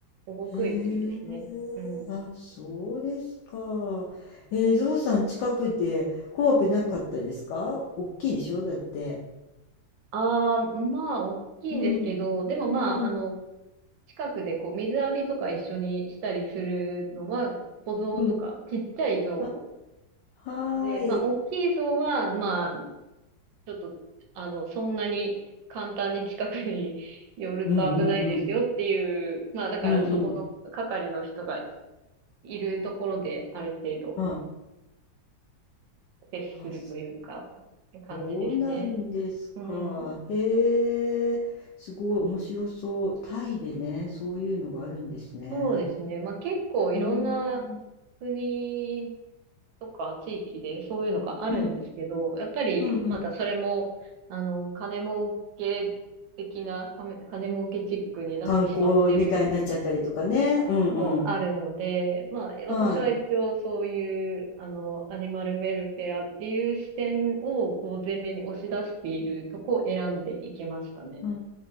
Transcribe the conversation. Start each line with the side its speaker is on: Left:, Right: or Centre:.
Right: 保護区域ですね。
Left: へえ、
Right: うん。
Left: あ、そうですか。えー、ゾウさん近くで怖くなかったですか大きいでしょだって。
Right: ああ、まあ、大きいんですけど、
Left: うん、
Right: でもまあ、
Left: うん、
Right: あの、近くでこう、水浴びとか一緒にしたりするのは、小像とか、
Left: うん。
Right: ちっちゃい像
Left: あ、はーい。
Right: で、まあ、大きい像は、まあ、ちょっと、あの、そんなに簡単に近くに <laughs> 寄ると危ないですよっていう、
Left: うんうんうん。
Right: まあだからそこの係の人が
Left: うんうん。
Right: いるところである程度
Left: あ、
Right: 接するというか、
Left: あ、
Right: 感じですね。
Left: そうなんですか。
Right: うん。
Left: へえ、すごい面白そう。タイでね、そういうのがあるんですね。
Right: そうですね。まあ結構いろんな
Left: うん、
Right: 国とか地域でそういうのがあるんですけど、
Left: うん、
Right: やっぱりまたそれも、
Left: うんうん。
Right: あの、金儲け的な、金金儲けチックになってしまってる
Left: 観光みたいになっちゃったりとかね。うんうん。
Right: もあるので、まあ、
Left: はい。
Right: 私は一応そういう、あの、アニマルウェルフェアっていう視点を、こう、前面に押し出しているとこを選んでいきましたね。
Left: うん。